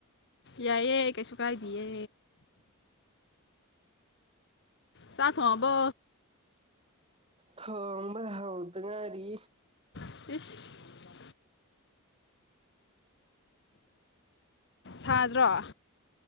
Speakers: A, on the left; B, on the right.
A: ꯌꯥꯏꯌꯦ ꯀꯩꯁꯨ ꯀꯥꯏꯗꯤꯌꯦ ꯆꯥꯛ ꯊꯣꯡꯉꯕꯣ
B: ꯊꯣꯡꯕ ꯍꯧꯗ ꯉꯥꯢꯔꯤ
A: ꯏꯁꯁꯁ ꯁꯥꯗ꯭ꯔꯣ